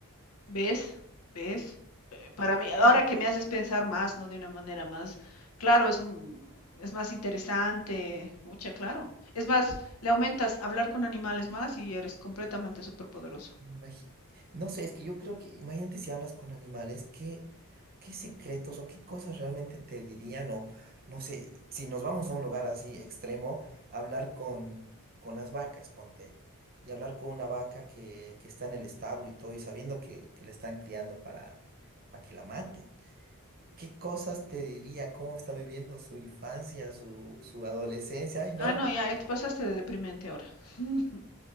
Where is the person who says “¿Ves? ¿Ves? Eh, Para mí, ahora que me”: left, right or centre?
Left